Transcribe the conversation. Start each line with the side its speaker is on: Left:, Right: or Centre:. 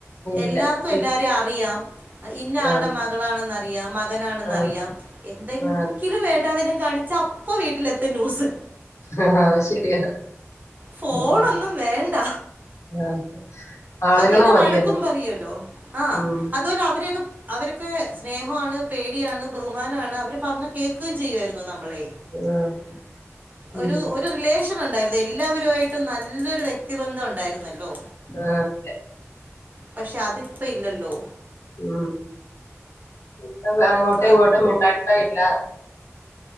Right: എല്ലാർക്കും
Left: ഇല്ല
Right: എല്ലാരെ
Left: ഇ
Right: അറിയാം ഇന്നയാളുടെ
Left: ആഹ്
Right: മകളാണ് നല്ല മകനാണെന്നറിയാം
Left: ആഹ്
Right: എന്തെങ്കിലും
Left: ആഹ്
Right: വേണ്ടാദീനം കാണിച്ച അപ്പ ഇപ്പൊ വീട്ടിലെത്തും ന്യൂസ്
Left: ആഹ് ആഹ് അത് ശരിയാ
Right: ഫോണൊന്നും
Left: ആഹ്
Right: വേണ്ട
Left: ആഹ് ആളുകള്
Right: അതുല്ല
Left: മതിയല്ലോ
Right: വഴക്കും പറയൂല്ലോ ആഹ്
Left: ഉം
Right: അതുപോലെ അവരെയൊക്കെ അവരൊക്കെ സ്നേഹമാണ് പേടിയാണ് ബഹുമാനണ് അവർ പറഞ്ഞ കേൾക്കു ചെയ്യയിരുന്നു നമ്മളെ
Left: ആഹ് ഉമ്
Right: ഒരു ഒരു റിലേഷൻ ഉണ്ടായിരുന്നു എല്ലാവരു ആയിട്ടും നല്ലൊരു വ്യക്തിബന്ധം ഉണ്ടായിരുന്നല്ലോ
Left: ആഹ് അതെ
Right: പക്ഷെ അതിപ്പ ഇല്ലല്ലോ
Left: ഉമ് ഇപ്പ അങ്ങോട്ടും
Right: നാട്ടിൽ
Left: ഇങ്ങോട്ടും മിണ്ടാട്ടം ഇല്ല